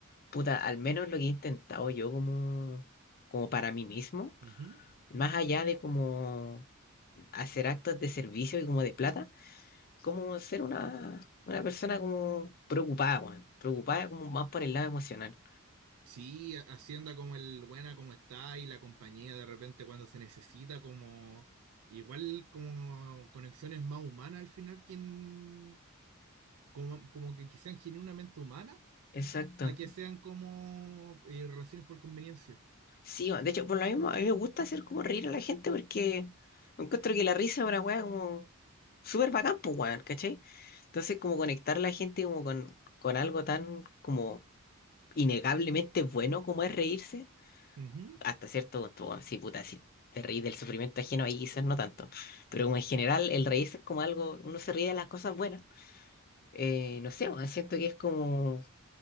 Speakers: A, on the left (about 45°); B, on the right (about 85°).
A: puta, al menos lo que he intentado yo como, como para mí mismo,
B: Ujú.
A: más allá de como hacer actos de servicio y como de plata como ser una, una persona como preocupada, weón. Preocupada como más por el lado emocional.
B: Sí, ha- Hacienda como el buena como está y la compañía de repente cuando se necesita como igual como conexiones más humanas al final quien como, como que, que sean genuinamente humanas
A: Exacto.
B: a que sean como eh, relaciones por conveniencia.
A: Sí, weón. De hecho, por lo mismo, a mí me gusta hacer como reír a la gente porque encuentro que la risa es una weá como súper bacán, pues, weón, ¿cachai? Entonces, como conectar a la gente como con, con algo tan como innegablemente bueno como es reírse,
B: Ujú,
A: hasta cierto punto, weón, sí, puta, si Te reís del sufrimiento ajeno ahí quizás no tanto, pero como en general el reírse es como algo, uno se ríe de las cosas buenas Eh, no sé, weón, siento que es como